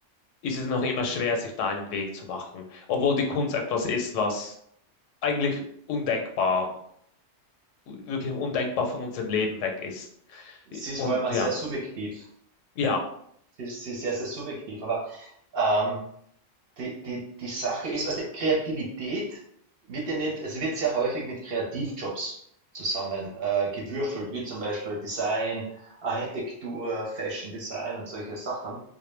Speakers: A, on the left (about 80°); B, on the right (about 55°).
A: ist es noch immer schwer, sich da einen Weg zu machen. Obwohl die Kunst etwas ist, was eigentlich undenkbar, wirklich undenkbar von unserem Leben weg ist.
B: Sie ist
A: Und
B: vor allem auch
A: ja,
B: sehr subjektiv.
A: ja,
B: Sie ist, sie ist sehr, sehr subjektiv. Aber ähm, die, die, die Sache ist, also Kreativität wird ja nicht, also wird sehr häufig mit Kreativjobs zusammen äh, gewürfelt, wie zum Beispiel Design, Architektur, Fashion Design und solche Sachen.